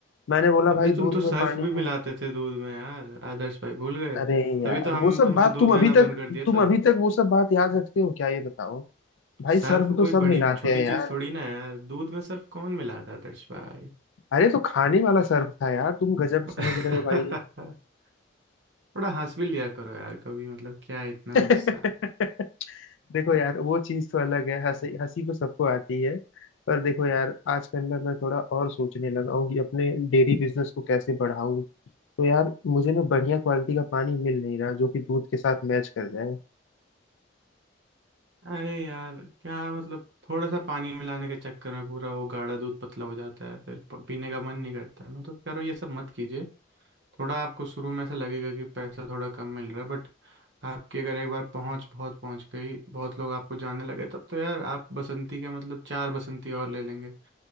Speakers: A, on the left (about 80°); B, on the right (about 65°).
A: मैंने बोला
B: अबे
A: भाई
B: तुम
A: दूध
B: तो सर्फ
A: में पानी
B: भी मिलाते
A: है
B: थे दूध में यार आदर्श भाई भूल गए
A: अरे यार
B: तभी तो हम
A: वो सब
B: तुमसे
A: बात
B: दूध
A: तुम
B: लेना
A: अभी
B: बंद
A: तक
B: कर दिया
A: तुम
B: था
A: अभी तक वो सब बात याद रखते हो क्या ये बताओ भाई
B: सर्फ
A: सर्फ
B: कोई
A: तो सब
B: बड़ी
A: मिलाते
B: छोटी
A: हैं यार
B: चीज थोड़ी ना है दूध में सर्फ कौन मिलाता है दर्श भाई
A: अरे तो खाने वाला सर्फ था यार तुम गजब
B: <laughs>
A: समझ रहे हो भाई
B: थोड़ा हंस भी लिया करो यार कभी मतलब क्या इतना
A: <laughs>
B: गुस्सा
A: देखो यार वो चीज तो अलग है हंसी हंसी तो सबको आती है पर देखो यार आज के अंदर मैं थोड़ा और सोचने लगा हूँ कि अपने डेयरी बिजनेस को कैसे बढ़ाऊं तो यार मुझे ना बढ़िया क्वालिटी का पानी मिल नहीं रहा जो कि दूध के साथ मैच कर जाए
B: अरे यार क्या मतलब थोड़ा सा पानी मिलाने के चक्कर में पूरा वो गाढ़ा दूध पतला हो जाता है फिर प- पीने का मन नहीं करता मैं तो कह रहा हूँ ये सब मत कीजिए थोड़ा आपको शुरू में ऐसा लगेगा कि पैसा थोड़ा कम मिल रहा है बट आपकी अगर एक बार पहुंच बहुत पहुंच गई बहुत लोग आपको जानने लगे तब तो यार आप बसंती के मतलब चार बसंती और ले लेंगे